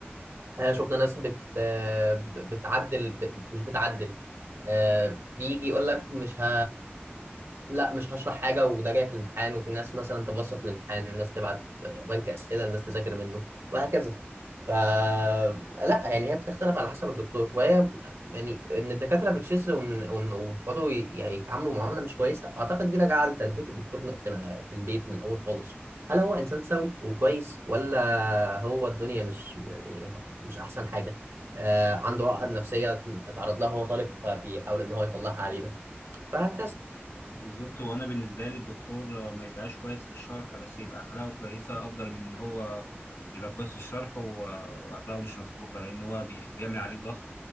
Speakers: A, on the right; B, on the left.
A: آه، شفنا ناس بت آه، ب- بتعدل ب- مش بتعدل آه، بيجي يقول لك مش ه... لا مش هشرح حاجة وده جاي في الامتحان وفي ناس مثلا تبسط الامتحان الناس تبعت بنك أسئلة الناس تذاكر منه وهكذا ف لا يعني هي بتختلف على حسب الدكتور وهي يعني ان الدكاترة بتشذ وإن- وإن- وتقعدوا ي- يعني يتعاملوا معاملة مش كويسة أعتقد دي راجعة لتربية الدكتور في في البيت من الأول خالص هل هو إنسان سوي وكويس ولا هو الدنيا مش يعني مش أحسن حاجة آه عنده عقد نفسية اتعرض لها وهو طالب فبيحاول إن هو يطلعها علينا فهكذا
B: بالظبط هو انا بالنسبه لي الدكتور آه، ما يبقاش كويس في الشرح بس يبقى اخلاقه كويسه افضل من ان هو يبقى كويس في الشرح و- واخلاقه مش مظبوطه لان هو بي- بيعمل عليك ضغط